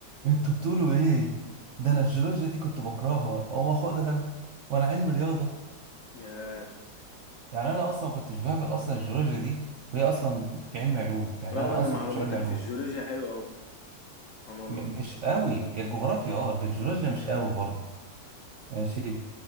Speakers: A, on the right; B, on the left.
A: انتوا بتقولوا ايه ده انا الجيولوجيا دي كنت بكرهها اقوم اخدها وانا علم رياضه
B: <clears throat> آه،
A: يعني انا اصلا ما كنتش بهبل اصلا الجيولوجيا دي وهي اصلا علم علوم يعني
B: رغم
A: انا
B: إن
A: اصلا
B: معلوماتك
A: ما كنتش علم علوم
B: في الجيولوجيا حلوة أوي سبحان الله
A: م مش قوي الجغرافيا اه لكن الجيولوجيا مش قوي برضه ماشي